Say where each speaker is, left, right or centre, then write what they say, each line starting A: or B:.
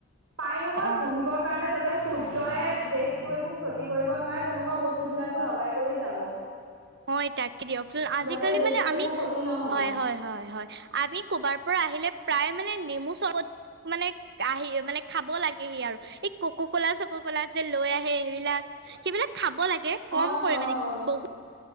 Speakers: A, on the right; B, on the right.
A: পাই নহয়
B: অ
A: ঘহিব। কাৰণে যাতে সূৰ্যয়ে দেহতো একো ক্ষতি কৰিব নোৱাৰে তেনেকুৱা বস্তু ভিলাকো লগাই কৰি যাব। <unintelligible>
B: হয় তাকে দিয়কচোন আজিকালি
A: যাতে দেহটো
B: মানে আমি
A: একো ক্ষতি নহয়
B: হয়, হয়, হয়, হয় আমি ক'বাৰ পৰা আহিলে প্ৰায় মানে নেমু চৰ্বত, মানে আহি মানে খাব লাগেহি আৰু। এই কক' কলা চক' কলা যে লৈ আহে হেবিলাক, সেইবিলাক খাব লাগে।
A: হয়
B: কম
A: হয়
B: পৰিমাণে,
A: হয়
B: বহু,